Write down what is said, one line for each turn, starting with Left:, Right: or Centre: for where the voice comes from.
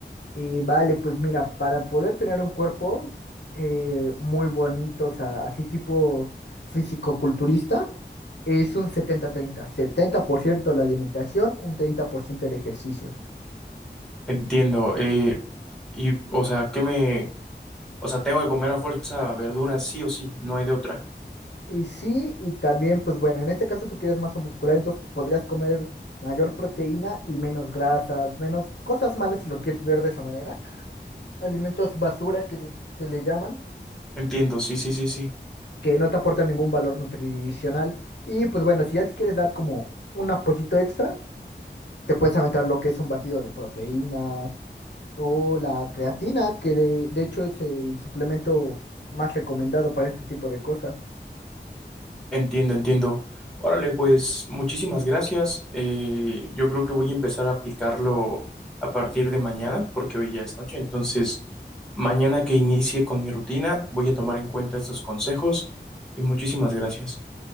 Left: Eh, vale, pues mira, para poder tener un cuerpo eh, muy bonito, o sea, así tipo físico-culturista, es un 70-30. 70% la alimentación, un 30% el ejercicio.
Centre: Entiendo. Eh, y, o sea, ¿qué me, O sea, tengo que comer a fuerza verduras sí o sí, no hay de otra.
Left: Y sí, y también, pues bueno, en este caso tú quieres masa muscular, entonces podrías comer mayor proteína y menos grasas, menos cosas malas si lo quieres ver de esa manera. alimentos basura que se le llaman,
Centre: Entiendo, sí, sí, sí, sí.
Left: que no te aportan ningún valor nutricional. Y pues bueno, si ya te quieres dar como un apoyito extra, te puedes aventar lo que es un batido de proteínas o la creatina, que de, de hecho es el suplemento más recomendado para este tipo de cosas.
Centre: Entiendo, entiendo. Órale, pues muchísimas gracias. Eh, yo creo que voy a empezar a aplicarlo a partir de mañana, porque hoy ya es noche. Entonces, mañana que inicie con mi rutina, voy a tomar en cuenta estos consejos y muchísimas gracias.